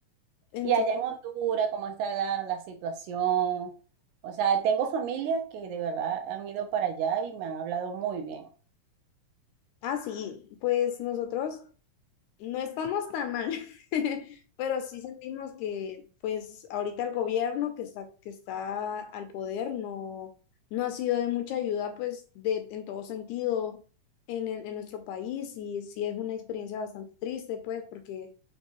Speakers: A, on the left (about 80°); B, on the right (about 80°).
A: Entonces,
B: Y allá en Honduras, ¿cómo está la, la situación? O sea, tengo familias que de verdad han ido para allá y me han hablado muy bien.
A: ah, sí, pues nosotros... No estamos tan mal, <laughs> pero sí sentimos que, pues, ahorita el gobierno que está, que está al poder no, no ha sido de mucha ayuda, pues, de, en todo sentido en, el- en nuestro país y sí es una experiencia bastante triste, pues, porque